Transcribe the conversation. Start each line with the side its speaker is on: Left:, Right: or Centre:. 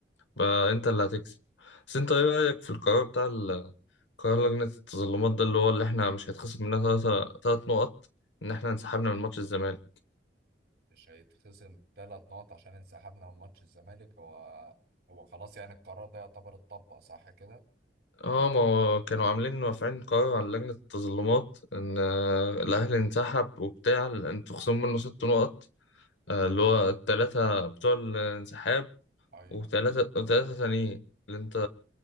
Left: بقى انت اللي هتكسب بس انت ايه رأيك في القرار بتاع ال- قرار لجنة التظلمات ده اللي هو اللي احنا مش هيتخصم مننا ثلاثة تلات نقط ان احنا انسحبنا من ماتش الزمالك
Right: مش هيتخصم ثلاث نقط عشان انسحبنا من ماتش الزمالك هو هو خلاص يعني القرار ده يعتبر اتطبق صح كده
Left: اه ما هو كانوا عاملين رافعين قرار على لجنة التظلمات ان آه، الاهلي انسحب وبتاع انتوا خصموا منه ست نقط آه، اللي هو التلاتة بتوع الانسحاب
Right: أيوه
Left: وتلاتة وتلاتة تانيين اللي انت